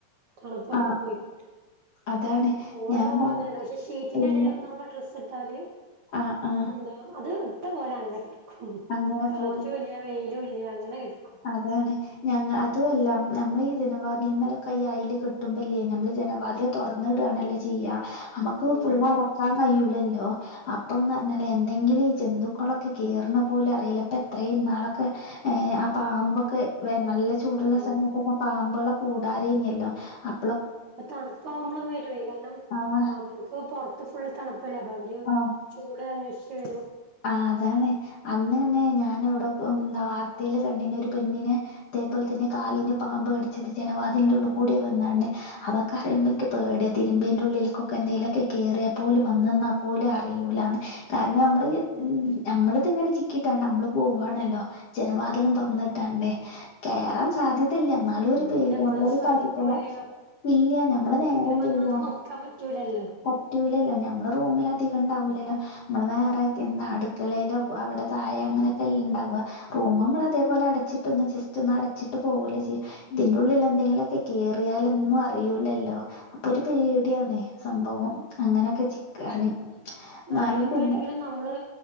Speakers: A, on the right; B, on the left.
A: തണുപ്പൊക്കെ
B: ആഹ്
A: പോയി കിട്ടും
B: അതാണ്
A: ഓടാകുമ്പോ
B: ഞാൻ പ
A: അങ്ങനെണ്ട് പക്ഷെ ഷീറ്റിന്റെ
B: ഇല്ല
A: അടീലൊക്കെ നമ്മള് ഡ്രസ്സ്ട്ടാല്
B: ആഹ് അഹ്
A: എന്തായാലും അത് ഇട്ട പോലെ അങ്ങെനെ കെടെക്കും
B: അങ്ങനെ
A: കാറ്റൂല്ല
B: പോയി
A: വെയിലും ഇല്ല്യാ അങ്ങെനെ കെട്ക്കും
B: അതാണ് ഞങ്ങ അതു അല്ലാ നമ്മള് ഈ ജനവാതിൽമലൊക്കെ ഈ അയില് കെട്ടുമ്പല്ലേ ഞമ്മള് ജനവാത്‌ല് തൊർന്ന്ടാണല്ലാെ ചെയ്യാ അമ്മക്ക്
A: ആഹ്
B: ഫുള്ള് അടക്കാൻ കയ്യൂലല്ലോ അപ്പോന്നർഞ്ഞാല് എന്തെങ്കിലും ഈ ജന്തുക്കളൊക്കെ കേറ്ണ് പോലും അറിയില്ല പ്പെത്രേ ഇന്നാളൊക്കെ ഏഹ് അ ആഹ് മ്പൊക്കെ വെ നല്ല ചൂടുള്ള
A: ആഹ്
B: സമയത്തൊക്കെ പാമ്പ്കളെ കൂടാരേയ്ന്യല്ലോ അ
A: പ്പാെ തണ്പ്പാവുമ്പളും വര്വേ കാര്ണം
B: ആഹ്
A: പാമ്പ്കൾക്ക് പാെർ ത്ത് ഫുള്ള് തണ്പ്പല്ലെ അപ്പോ അവര്
B: ആ
A: ചൂട് അന്വേഷിച്ച്‌ വെരും
B: ആഹ് അതാണ് അന്നന്നെ ഞാനൊവ്ടെ ഉം വാർത്തേല് കണ്ടീനി ഒര് പെണ്ണിനെ തേ പോൽ തന്നെ കാലിന് പാമ്പ് കടിച്ചത് ജനവാദിൽന്റെ ഉള്ള് കൂടി വന്നാണ്ട് അതൊക്കെ അറിയുമ്പോ എനിക്ക് പേടിയ തിരുമ്പീന്റെ ഉള്ളീൽക്കൊക്കെ എന്തെയിലൊക്കെ കേയറിയ പോലും വന്ന് ന്ന പോലും അറയൂലാന്ന് കാരണം നമ്മള് നമ്മളിത് ഇങ്ങനെ ചിക്കിട്ടാണ് നമ്മള് പോവാണല്ലോ ജനവാതിലും തുറന്നിട്ടാണ്ട് കേറാൻ സാധ്യതല്ല എന്നാലും ഒരു
A: നമ്മള്
B: പേടി
A: പിന്നെ എപ്പളും
B: നമ്മളൊ ഒരു
A: ശ്രദ്ധിക്കൂല്ല
B: കാരുതലാ ഇല്ല നഞമ്മള്
A: നമുക്കിങ്ങനെ
B: നേരെന്ത്യ്യ
A: വന്ന് വന്ന് നോക്കാൻ പറ്റൂലല്ലോ
B: പറ്റൂലല്ലോ നമ്മള് റൂമിലധക്കണ്ടാവില്ലല്ലോ നമ്മൾ വേറെ ഇന്ന അടുക്കളേലോ അവിടെ താഴെ അങ്ങനൊക്കല്ലെ ണ്ടാവുക റൂം മമ്മളതേപോലെ അടച്ചിട്ടൊന്ന് ജസ്റ്റ് ഒന്ന് അടച്ചിട്ട് പോവൂലേ ചെ തിന്റുള്ളിൽ എന്തെങ്കിലൊക്കെ കേയറിയാലൊന്നും അറിയൂലല്ലോ അപ്പൊര് പേട്യാണ് സംഭവം അങ്ങനൊക്കെ ചിക്കാന് എന്നാലും
A: ആയ്ല്മ്മേണങ്കിലും
B: പിന്നെ
A: നമ്മള്